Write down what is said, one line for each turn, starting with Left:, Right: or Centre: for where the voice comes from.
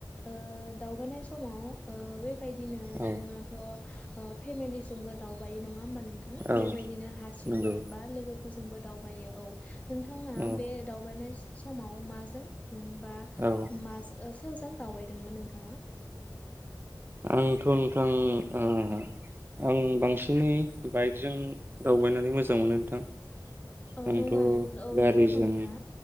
Left: ओ दावबायनाय समाव ओ बे बेबायदिनो जोङोथ'
Right: औ
Left: ओ फेमेलिजोंबो दावबाय नङा होमबा नोंथां
Right: औ
Left: बेबायदिनो हारसिंबो
Right: नंगौ
Left: बा लोगो फोरजोंबो दाउ मायो औ नोंथाङा
Right: औ
Left: बे दावबायनाय समाव माजों उम बा
Right: औ
Left: माज ओस सोरजों दावबायदोंमोन नोंथाङा?
Right: आंथ' नोंथां ओ आं बांसिनै बाइकजों दावबायनानै मोजां मोनो नोंथां
Left: औ
Right: आंथ'
Left: नङा नों औ
Right: गारिजों
Left: नंगौ नोंथाङा